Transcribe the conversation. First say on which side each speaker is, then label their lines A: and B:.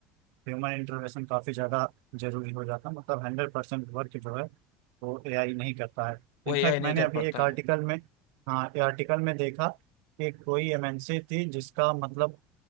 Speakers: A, on the right (about 75°); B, on the left (about 75°).
A: ह्यूमन इंटरवेंशन काफ़ी ज़्यादा जरूरी हो जाता है मतलब हंड्रेड परसेंट वर्क जो है वो एआई नहीं करता है
B: वो
A: इनफैक्ट
B: एआई नहीं
A: मैंने
B: कर
A: अभी
B: पाता
A: एक आर्टिकल
B: है
A: में हाँ ये आर्टिकल में देखा कि कोई एमएनसी थी जिसका मतलब